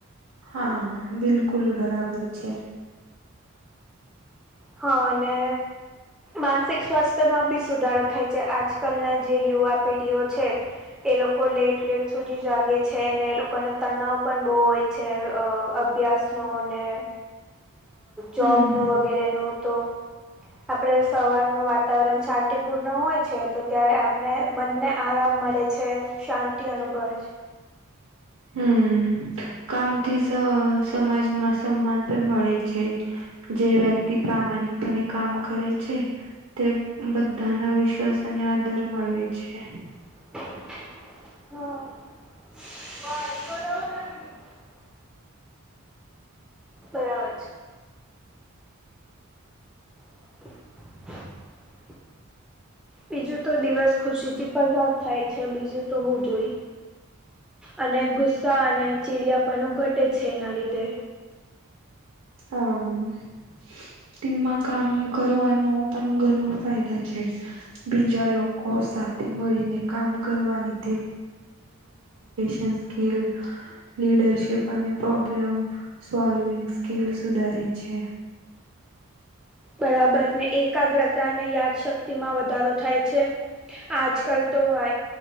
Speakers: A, on the right; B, in the centre.
A: હા હા બિલકુલ બરાબર છે
B: હ અને માનસિક સ્વાસ્થ્યમાં બી સુધારો થાય છે આજકાલના જે યુવા પેઢીઓ છે એ લોકો લેટ લેટ સુધી જાગે છે અને એ લોકોને તનાવ પણ બહુ હોય છે અભ્યાસનો ને
A: હમ
B: જોબનો વગેરેનો તો આપણે સવારનું વાતાવરણ શાંતિપૂર્ણ હોય છે તો ત્યારે આપણે બંને આરામ મળે છે શાંતિ અનુભવે છે
A: હમ કામથી સ સમાજમાં સન્માન પણ મળે છે જે વ્યક્તિ પ્રામાણિકપણે કામ કરે છે તે બધાના વિશ્વાસ અને આદર મળવે છે
B: હા <unintelligible> બરાબર છે <inaudible> બીજું તો દિવસ ખુશી થી પસાર થાય છે બીજું તો હું જોઈ અને ગુસ્સા અને ચીડિયા પણ ઘટે છે એના લીધે
A: હા હ તેમમાં કામ કરવાનો પણ ઘણ ફાયદા છે બીજા લોકો સાથે મળીને કામ કરવાની તેમ સ્કી લીડરશિપ અને પ્રોબ્લેમ સાલ્વંગ ખેલ સુધારે છે
B: બરાબરને એકાગ્રતા અને યાદશક્તિમાં વધારો થાય છે આજકાલ તો આ